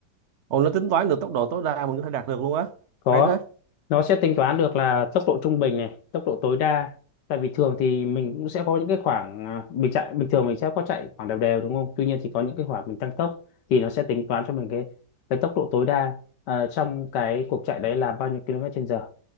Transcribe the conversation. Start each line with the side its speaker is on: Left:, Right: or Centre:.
Right: Ồ, nó tính toán được tốc độ tối đa mình có thể đạt được luôn á.
Left: có
Right: Hay thế.
Left: nó sẽ tính toán được là tốc độ trung bình này tốc độ tối đa tại vì thường thì mình cũng sẽ có những cái khoảng à, mình chạy bình thường mình sẽ có chạy khoảng đều đều đúng không tuy nhiên thì có những cái khoảng mình tăng tốc thì nó sẽ tính toán cho mình cái cái tốc độ tối đa à, trong cái cuộc chạy đấy là bao nhiêu km/h